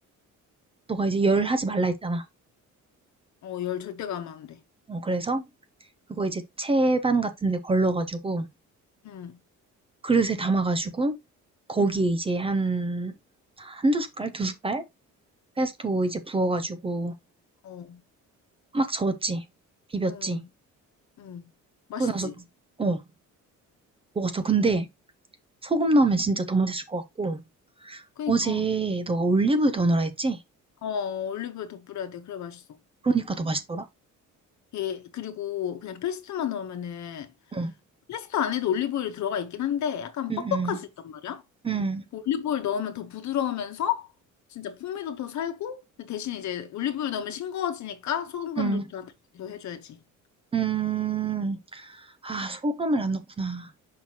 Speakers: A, on the right; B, on the left.
A: 너가 이제 열 하지 말라 했잖아.
B: 어, 열 절대 가면 안 돼.
A: 어, 그래서, 그거 이제 채반 같은 데 걸러가지고,
B: 응,
A: 그릇에 담아가지고, 거기에
B: 응,
A: 이제 한, 한두 숟갈? 두 숟갈? 페스토 이제 부어가지고,
B: 어,
A: 막 저었지. 비볐지.
B: 응, 응. 맛있지?
A: 그러고 나서, 어, 먹었어. 근데, 소금 넣으면 진짜 더 맛있을 것 같고,
B: 그니까.
A: 어제 너가 올리브유 더 넣으라 했지?
B: 어, 올리브유 더 뿌려야 돼. 그래 맛있어.
A: 그러니까 더 맛있더라?
B: 예, 그리고 그냥 페스토만 넣으면은
A: 응,
B: 페스토 안에도 올리브오일이 들어가 있긴 한데 약간
A: 응,
B: 뻑뻑할
A: 응,
B: 수 있단 말이야.
A: 응.
B: 올리브오일 넣으면 더 부드러우면서 진짜 풍미도 더 살고 근데 대신 이제 올리브오일 넣으면 싱거워지니까 소금 간도
A: 응.
B: 더, 더 해줘야지.
A: 음. 아 소금을 안 넣었구나.